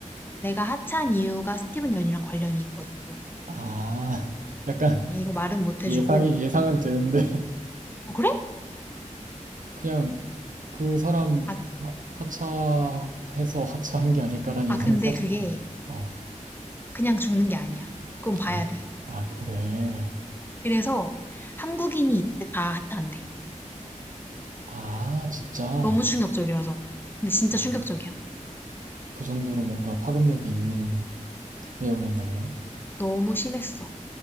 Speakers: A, on the left; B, on the right.
A: 내가 하차한 이유가 스티븐 연이랑 관련이 있거든, 또.
B: 아. 약간 <laughs>
A: 이거 말은 못 해주고.
B: 예상이 예상은
A: 응.
B: 되는데
A: 어, 그래?
B: <laughs> 그냥 그 사람
A: 아,
B: 하- 하차해서 하차한 게 아닐까라는
A: 아,
B: 예상이
A: 근데
B: 살짝
A: 그게
B: 좀- 어.
A: 그냥 죽는 게 아니야. 그건 봐야
B: 아,
A: 돼.
B: 아, 그래.
A: 그래서 한국인이 이때 다 하차 안 돼.
B: 아, 진짜.
A: 너무 충격적이라서. 근데 진짜
B: 어,
A: 충격적이야.
B: 그 정도로 뭔가 파급력이 있는 내용이었나 보네.
A: 너무 심했어.